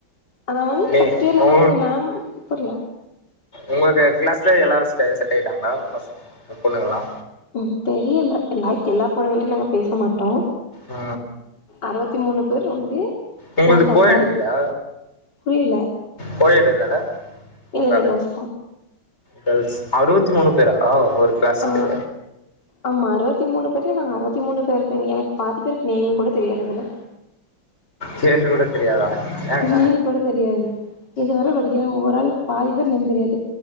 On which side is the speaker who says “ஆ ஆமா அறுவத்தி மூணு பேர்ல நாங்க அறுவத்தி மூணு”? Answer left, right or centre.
Left